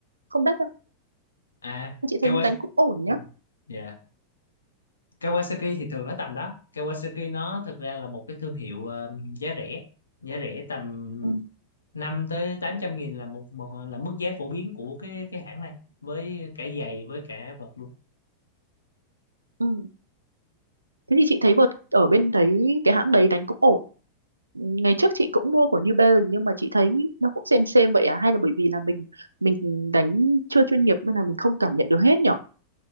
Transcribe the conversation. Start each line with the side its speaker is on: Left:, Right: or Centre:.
Right: không đắt đâu
Left: à
Right: chị
Left: Kawasaki
Right: thấy đánh cũng ổn nhá
Left: dạ Kawasaki thì thường nó tầm đó Kawasaki nó thực ra là một cái thương hiệu ờ, giá rẻ giá rẻ tầm
Right: ừ.
Left: 5 tới 800 nghìn là một, một là mức giá phổ biến của cái cái hãng này với cả giày với cả vợt luôn
Right: Ừ. Thế thì chị thấy vợt ở bên đấy cái hãng đấy đánh cũng ổn. Ngày trước chị cũng mua của New Balance nhưng mà chị thấy nó cũng xem xem vậy à hay là bởi vì là mình mình đánh chưa chuyên nghiệp nên là mình không cảm nhận được hết nhở?